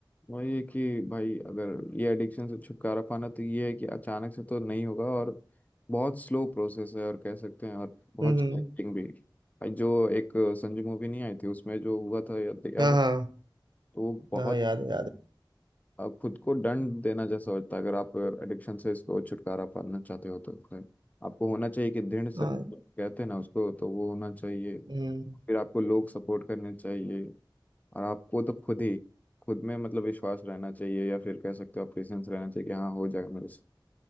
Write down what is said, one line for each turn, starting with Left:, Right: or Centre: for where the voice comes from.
Left: वही है कि भाई अगर ये एडिक्शन से छुटकारा पाना तो ये है कि अचानक से तो नहीं होगा और बहुत स्लो प्रोसेस है और कह सकते हैं और बहुत
Right: हम्म हम्म।
Left: एक्टिंग भी भाई जो एक संजू मूवी नहीं आई थी उसमें जो हुआ था याद याद
Right: हाँ
Left: है
Right: हाँ
Left: तो वो बहुत
Right: हाँ याद है याद
Left: अ, खुद को दंड देना जैसा होता है अगर आप एडिक्शन से इसको छुटकारा पाना चाहते हो तो फिर आपको होना चाहिए कि दृढ़ संकल्प
Right: है हाँ
Left: कहते हैं ना उसको तो वो होना चाहिए
Right: हम्म
Left: फिर आपको लोग सपोर्ट करने चाहिए और आपको तो खुद ही खुद में मतलब विश्वास रहना चाहिए या फिर कह सकते हो आप पेशेंस रहना चाहिए कि हाँ हो जाएगा मेरे से